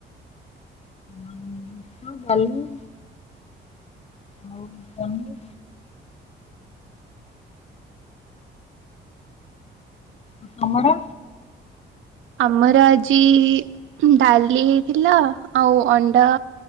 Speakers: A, on the left; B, on the right.
A: ଭାତ, ଡାଲି ଆଉ ପନିରି ଆଉ ତମର?
B: ଆମର ଆଜି ଡାଲି ହେଇଥିଲା ଆଉ ଅଣ୍ଡା